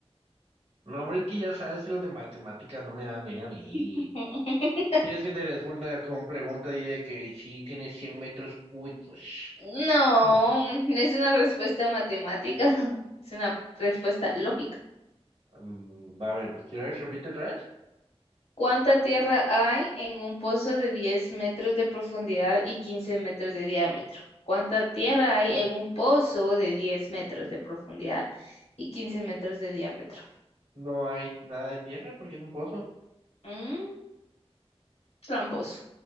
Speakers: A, on the right; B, on the left.
A: No, hombre, es que ya sabes que los de matemáticas no me dan bien a mí.
B: <laughs>
A: tienes que te responda con pregunta ahí de que si tienes 100 metros cúbicos.
B: No,
A: Mm,
B: es una respuesta matemática, <laughs> es una respuesta lógica.
A: mm, va a ver, pues quiero ver, si repite otra vez.
B: ¿Cuánta tierra hay en un pozo de 10 metros de profundidad y 15 metros de diámetro? ¿Cuánta tierra hay en un pozo de 10 metros de profundidad y 15 metros de diámetro?
A: No hay nada de tierra porque es un pozo.
B: Mm, tramposo.